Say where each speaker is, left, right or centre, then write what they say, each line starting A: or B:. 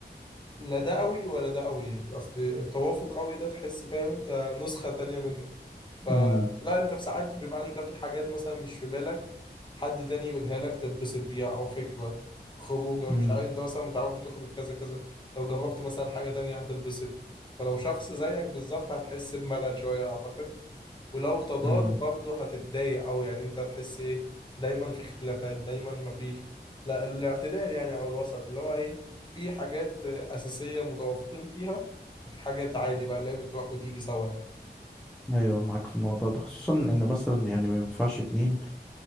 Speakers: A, on the left (about 25°); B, in the centre.
A: لا ده قوي ولا ده قوي اصل التوافق قوي ده تحس فاهم انت نسخة تانية منك فلا
B: امم
A: انت في ساعات بيبقى انت في حاجات مثلا مش في بالك حد تاني يقولها لك تتبسط بيها او فكرة في خروجه
B: امم
A: مش عارف انت مثلا متعود بتخرج كذا كذا لو جربت مثلا حاجة تانية هتتبسط فلو شخص زيك بالظبط هتحس بملل شوية اعتقد ولو تضاد
B: امم
A: برضه هتتضايق أوي يعني أنت هتحس إيه دايما في اختلافات دايما مفيش لا الاعتدال يعني أو الوسط اللي هو إيه في حاجات أساسية متوافقين فيها وفي حاجات عادي بقى اللي هي بتروح وتيجي سوا يعني
B: ايوه معاك في الموضوع ده خصوصا ان مثلا يعني ما ينفعش اتنين